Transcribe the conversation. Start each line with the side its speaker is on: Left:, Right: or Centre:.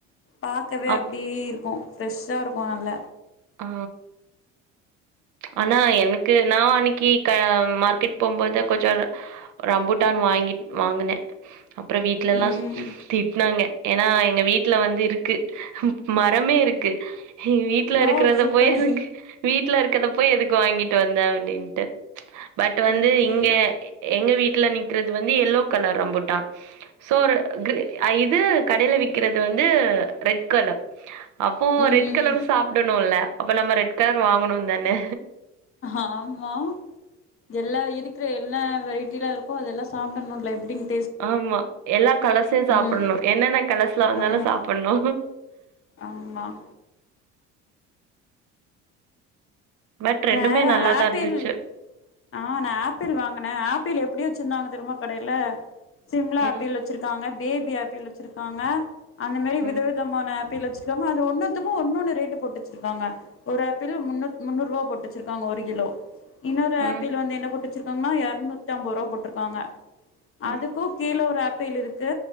Left: பாக்கவே
Right: அப்
Left: அப்டி இருக்கு ஃப்ரெஷ்ஷா இருக்கு நல்ல
Right: ஆ ஆனா எனக்கு நா அன்னக்கி க மார்க்கெட் போம் போது கொஞ்சோ ஒரு அம்புட்டான் வாங்கிட் வாங்குனே அப்றோ வீட்லலா
Left: ம்
Right: திட்டினாங்க ஏனா எங்க வீட்டுல வந்து இருக்கு மரமே இருக்கு வீட்டுல
Left: வாவ்
Right: இருக்குறத
Left: சூப்பர்
Right: போய் வீட் ட்லருக் க்கத போய் எதுக்கு வாங்கிட் வந்த அப்டின்டு பட் வந்து
Left: ஓகே
Right: இங்க எங்க வீட்டுல நிக்றது வந்து எல்லோ கலர் ரம்புட்டா சோ ஒரு இது கடையில விக்றது வந்து ரெட் கலர் அப்போ
Left: ம்
Right: ரெட் கலரு சாப்டணுல்ல அப்ப நம்ம ரெட் கலர் வாங்கணோ தானே
Left: ஆமா எல்லா இருக்கிற எல்ல வெரைடிலருக்கோ அதெல்லா சாப்டணுல எப்டின்
Right: ஆமா எல்லா கலர்சையு சாப்புட்னு
Left: ம்
Right: என்னென்ன கலர்ஸ்ல வந்தாலு
Left: ஆமா
Right: சாப்புட்னு
Left: ஆமா
Right: பட் ரெண்டுமே
Left: வேற
Right: நல்லாதா
Left: ஆப்பிள்
Right: இருந்துச்சு
Left: ஆ நா ஆப்பிள் வாங்கனே ஆப்பிள் எப் எப்டி வச்சுருந்தாங்க தெரிமா கடைல சிம்லா
Right: ம்,
Left: ஆப்பிள் வச்சிருக்காங்க பேபி ஆப்பிள் வச்சிருக்காங்க அந்த மாரி
Right: ம்,
Left: விதவிதமான ஆப் ஆப்பிள் வச்சிருக்காங்க அது ஒன்னத்துக்கு ஒன்னொன்னு ரெட்டு போட்டு வச்சிருக்காங்க ஒரு ஆப்பிள் முன்னூத் முன்னூரூபா போட்டுவச்சிருக்காங்க ஒரு கிலோ இன்னொரு
Right: ம்,
Left: ஆப்பிள் வந்து என்ன போட்டு சிருக்காங்கன்னா இருநூத்தி ஐம்பது ரூபா போட்ருக்காங்க
Right: ம்,
Left: அதுக்கும் கீழ ஒரு ஆப் பிள் இருக்கு